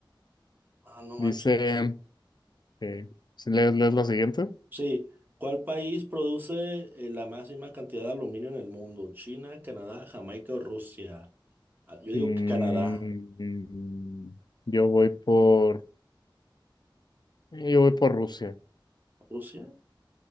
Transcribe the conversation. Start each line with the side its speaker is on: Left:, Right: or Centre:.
Right: Ah, no
Left: dice
Right: manches.
Left: que... ¿Lees, lees la siguiente?
Right: Sí, ¿cuál país produce eh, la máxima cantidad de aluminio en el mundo? ¿China, Canadá, Jamaica o Rusia? Ah, Yo digo
Left: Mm,
Right: que Canadá.
Left: yo voy por... Y Yo voy por Rusia.
Right: ¿Rusia?